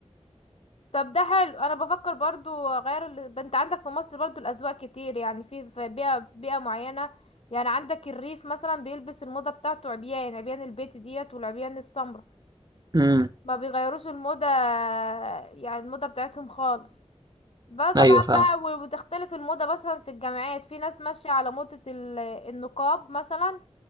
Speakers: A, on the left; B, on the right.
A: طب ده حلو انا بفكر برضو اغير ال... انت عندك في مصر برضو الاذواق كتير يعني في في بيئة بيئة معينة يعني عندك الريف مثلا بيلبس الموضة بتاعته عبيان عبيان البيت ديت والعبيان السمراء
B: امم
A: ما بيغيروش الموضة يعني الموضة بتاعتهم خالص بقى طبعا
B: ايوه فاهم
A: بقى و- وتختلف الموضة مثلا في الجامعات في ناس ماشية على موضة ال- النقاب مثلا